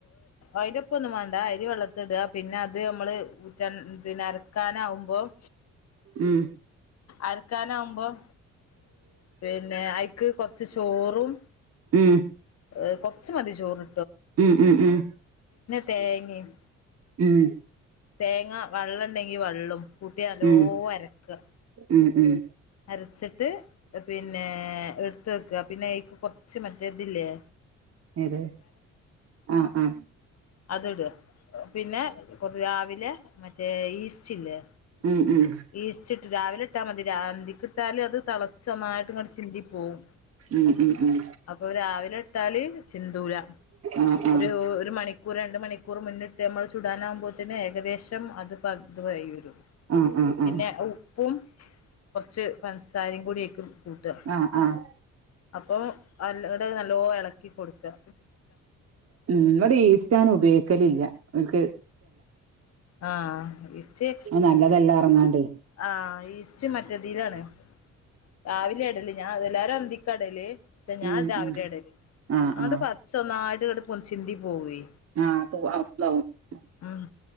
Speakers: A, on the left; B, on the right.
A: അയ്ന്റെ പ്പൊന്നും വാണ്ട അരി വെള്ളത്ത് ഇടാ പിന്നെ അത് നമ്മള് ഊറ്റൻ പിന്നെ അരക്കാനാവുമ്പം
B: ഉം
A: അരക്കാൻ ആവുമ്പം പിന്നെ ഐക്ക് കൊർച്ച് ചോറും
B: ഉം
A: ഏ കൊർച്ചു മതി ചോറ്
B: ഉം ഉം ഉം
A: തേങ്ങിം
B: ഉം
A: തേങ്ങ വള്ളം ഉണ്ടെങ്കി വള്ളും കൂട്ടി നല്ലോ
B: ഉം
A: അരക്ക
B: ഉം ഉം
A: അരച്ചിട്ട് പിന്നെ എടുത്ത് വെക്കുക പിന്നെ ഏക്ക് കുറച്ച് മറ്റേ ഇതില്ലേ
B: എത് ആ ആ
A: അത്ട പിന്നെ കൊതി ആവി ല്ല മറ്റേ ഈസ്റ്റ് ഇല്ലേ
B: ഉം ഉം
A: ഈസ്റ്റിട്ട് രാവിലെ. ട്ടാ മതി രാ കിട്ടാല് അത് തളച്ച നന്നായിട്ട് ഇങ്ങടെ ചിന്തി പോകവും
B: ഉം ഉം ഉം
A: അപ്പൊ രാവിലെ ഇട്ടാല് ചിന്തൂലാ
B: ആഹ് ആഹ്
A: ഒരു ഒരു മണിക്കൂർ രണ്ട മണിക്കൂർ മണിക്കൂർ മുന്നിട്ട് നമ്മൾ ചൂടാനാകുമ്പോഴത്തന് ഏകദേശം അത് ത് വൈും
B: ആഹ് ആഹ്
A: പിന്നെ
B: ആഹ്
A: ഉപ്പും കുറച്ച് പൻസാരയും കൂടേ അയ്ക്ക് കൂട്ടുക.
B: ആഹ് ആഹ്
A: അപ്പൊ അല്ലടെ നല്ലോ ഇളക്കി കൊടുക്കുക.
B: ഉം ഇവിടെ ഈസ്റ്റ് അങ്ങനെ ഉപയോഗിക്കലില്ല എനിക്ക്
A: ആ ഈസ്റ്റ്
B: അത് നല്ലതല്ല പറഞ്ഞാണ്ടേ
A: ആ ഈസ്റ്റ് മറ്റതിലാണ് രാവിലെ ഇടല്ല ഞാൻ എല്ലാരും അ ന്തിക്കടല് പക്ഷെ ഞാൻ
B: ഉം
A: രാവിലെ
B: ഉം
A: ഇടല്
B: ആഹ്
A: അതോണ്ട്
B: ആഹ്
A: പച്ച് ഒന്നായിട പൊന്തി ചിന്തി പോകുവേ
B: ആ തൂ അ <unintelligible>
A: ആ